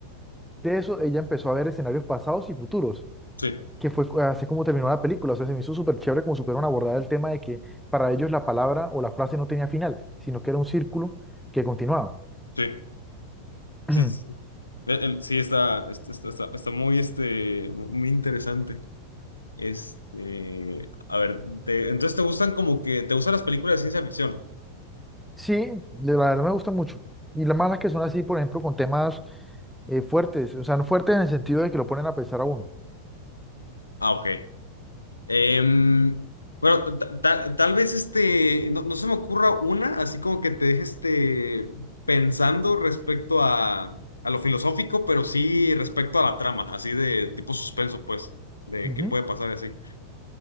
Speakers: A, in the centre; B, on the left.
A: de eso ella empezó a ver escenarios pasados y futuros.
B: sí,
A: que fue cu- así como terminó la película. O sea, se me hizo súper chévere como supieron abordar el tema de que para ellos la palabra o la frase no tenía final, sino que era un círculo que continuaba.
B: sí, sí,
A: <clears throat>
B: sí, sí. El- el- sí, está, está, está, está- está muy, este, muy interesante. Este, a ver, te- entonces te gustan como que, te gustan las películas de ciencia ficción.
A: Sí, de la verdad me gusta mucho. Y las malas que son así, por ejemplo, con temas eh, fuertes, o sea, no fuertes en el sentido de que lo ponen a pensar a uno.
B: Ah, ok. Em, bueno, ta- ta- tal vez este, no, no se me ocurra una, así como que te deje este, pensando respecto a, a lo filosófico, pero sí respecto a la trama, así de tipo suspenso, pues, de
A: Ujú.
B: qué puede pasar y así.